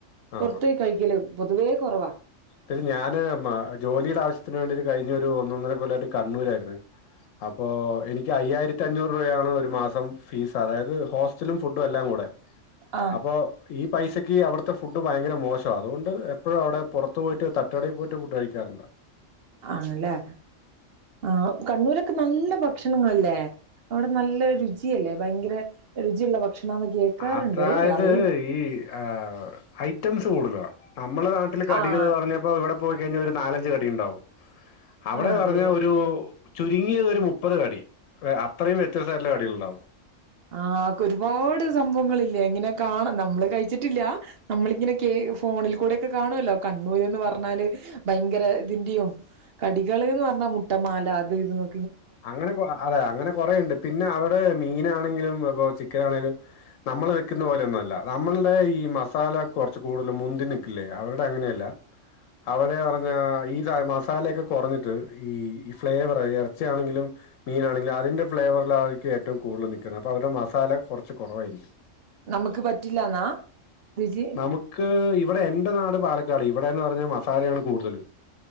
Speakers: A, on the left; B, on the right.
A: ആ
B: പൊർത്തേക്ക് കഴിക്കല് പൊതുവേ കൊറവാ.
A: പിന്നെ ഞാന് മ ജോലിടെ ആവശ്യത്തിന് വേണ്ടിട്ട് കഴിഞ്ഞൊരു ഒന്നൊന്നര കൊല്ലായിട്ട് കണ്ണൂരായിരുന്ന്. അപ്പോ എനിക്ക് അയ്യായിര ത്തി അഞ്ഞൂറ് രൂപയാണ് ഒരു മാസം ഫീസ് അതായത് ഹോസ്റ്റലും ഫുഡും എല്ലാം കൂടെ
B: ആഹ്
A: അപ്പോ ഈ പൈസക്ക് അവടത്തെ ഫുഡ് ഭയങ്കര മോശ അതുകൊണ്ട് എപ്പഴും അവടെ പൊറ ത്ത് പോയിട്ട് തട്ട്ടെ പോയിട്ട് ഫുഡ് കഴിക്കാറ്ണ്ട്
B: ആണല്ലേ ആഹ് കണ്ണൂരൊക്കെ നല്ല ഭക്ഷണങ്ങളല്ലേ അവിടെ നല്ല രുചിയല്ലേ ഭയങ്കര രുചിയുള്ള ഭക്ഷണാന്ന് കേക്കാറുണ്ട്
A: അതായത്
B: അറിയില്ല
A: ഈ ആഹ് ഐറ്റംസ് കൂടുതല നമ്മളെ നാട്ടില് കടികൾ
B: ആഹ്
A: പറഞ്ഞ ഇപ്പൊ ഇവിടെ പോയിക്കഴിഞ ഒരു നാലഞ്ച് കടിണ്ടാവും അവടെ
B: ആഹ് അതെ
A: പറഞ്ഞ
B: അതെ
A: ഒരു ചുരുങ്ങിയതൊരു മുപ്പത് കടി അത്രയും വ്യത്യസ്തയിട്ട്ള്ള കടികൾണ്ടാവും
B: ആഹ് ക്കെ ഒരുപാട് സംഭവങ്ങളില്ലേ ഇങ്ങനെ കാണാ നമ്മള് കയിച്ചിട്ടില്ല നമ്മളിങ്ങനെ കേ ഫോണിൽ കൂടെക്കെ കാണുല്ലോ കണ്ണൂര്ന്ന് പറണ്ണാല് ഏഹ് ഭയങ്കര ഇതിന്റേം കടികള്ന്ന് പർഞ്ഞാ മുട്ടമാല അത് ഇത് നോ
A: അങ്ങനെ കൊ ആ അതെ അങ്ങനെ കൊറെണ്ട് പിന്നെ അവടെ മീനാണെങ്കിലും പ്പൊ ചിക്കനാണെലും നമ്മള് വെക്കുന്ന പോലോന്നുംല്ല നമ്മൾടെ ഈ മസാല കൊറച്ച് കൂടുതൽ മുന്തി നിക്കില്ലേ അവര്ടെ അങ്ങനെല്ല അവടെ പറഞ്ഞ ഈത മസാലക്കെ കൊറഞ്ഞിട്ട് ഈ ഫ്ലേവർ എറ ച്ചിയാണെങ്കിലും മീനാണെങ്കില് അതിന്റെ ഫ്ലേവർല്ല് ആയിരിക്കും ഏറ്റവും കൂടുതൽ നിക്കുന്ന അപ്പ അവര്ടെ മസാല കൊറച്ച് കൊറവായിരിക്കും.
B: നമ്ക്ക് പറ്റില്ലാന്നാ രുചി
A: നമുക്ക് ഇവടെ എന്റെ നാട് പാലക്കാട് ഇവടെന്ന് പറഞ്ഞ മസാലയാണ് കൂടുതൽ.